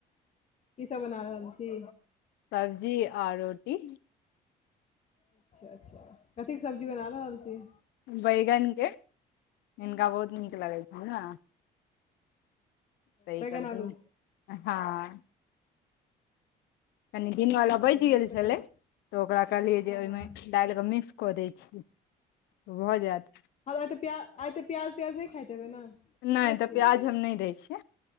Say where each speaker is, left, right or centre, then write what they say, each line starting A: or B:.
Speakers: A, on the left (about 40°); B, on the left (about 80°).
A: कि सभ बना रहल छै।
B: सब्जी आ रोटी।
A: अच्छा, अच्छा, कथीके सब्जी बना रहल छै।
B: बैगनके इनका बहुत
A: अच्छा
B: नीक लगै छै। सही
A: बैगन
B: कहलखिन
A: आलू
B: हैं। कनि दिनवला बचि
A: नहि हम
B: गेल
A: तऽ
B: छलै
A: कनि
B: तऽ ओकरा कहलियै
A: हँ
B: जे ओहिमे।
A: हँ हँ
B: डाल कऽ मिस कऽ दै छीयै भऽ जायत।
A: हज़ आइ तऽ प्याज आइ तऽ प्याज त्याज नहि खाइतेबै ने। की
B: नहि
A: खाइ
B: तऽ
A: छियै
B: प्याज हम नहि दै छियै,